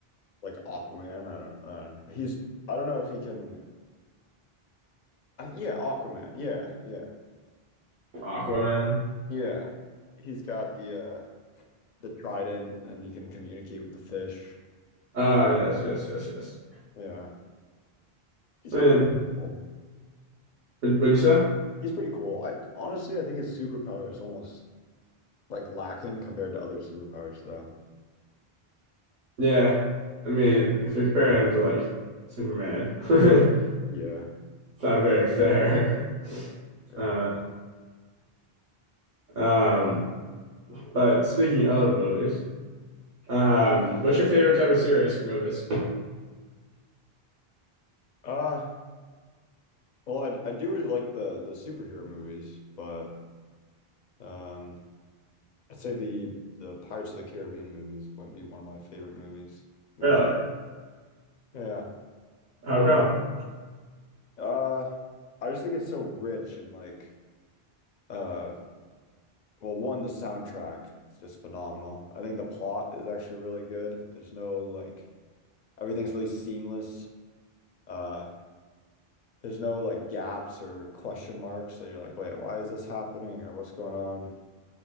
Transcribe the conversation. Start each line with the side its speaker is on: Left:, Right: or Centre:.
Left: like Aquaman. I don't uh he's I don't know if he can I, yeah, Aquaman. Yeah, yeah.
Right: Aquaman?
Left: Yeah. He's got the uh the trident and he can communicate with the fish.
Right: Ah, yes, yes, yes, yes.
Left: Yeah. He's
Right: I
Left: a,
Right: mean,
Left: he's cool.
Right: what- what'd you say?
Left: He's pretty cool. I honestly I think his superpower is almost like lacking compared to other superpowers though.
Right: Yeah. I mean, if you're comparing him to like Superman, <laughs> it's
Left: Yeah,
Right: not very fair.
Left: yeah.
Right: Uh, um, but speaking of movies, um, what's your favorite type of series for movies?
Left: Uh, well, I I do really like the the superhero movies, but um, I'd say the the Pirates of the Caribbean movies would be one of my favorite movies. Movies.
Right: Really?
Left: Yeah.
Right: How come?
Left: Uh, I just think it's so rich and like uh, well, one, the soundtrack is just phenomenal. I think the plot is actually really good. There's no like everything's really seamless. Uh, there's no like gaps or question marks that you're like, wait, why is this happening or what's going on?